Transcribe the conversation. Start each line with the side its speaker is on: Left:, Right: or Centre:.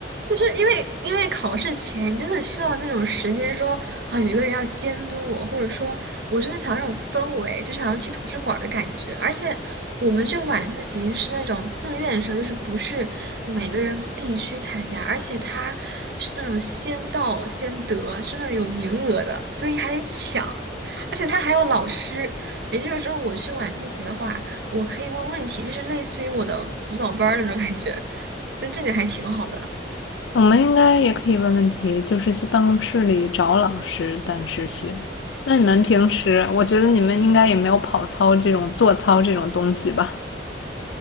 Right: 就是因为因为考试前，你真的需要那种时间说啊，有一个人要监督我，或者说，我真的想要那种氛围，就想要去图书馆儿的感觉。而且我们这个晚自习是那种自愿生，就是不是每个人必须参加，而且它是那种先到先得，是那种有名额的，所以还得抢。而且他还有老师，也就是说，我去晚自习的话，我可以问问题，就是类似于我的辅导班儿那种感觉，所以这点还挺好的。
Left: 我们应该也可以问问题，就是去办公室里找老师，但是学。那你们平时，我觉得你们应该也没有跑操这种做操这种东西吧？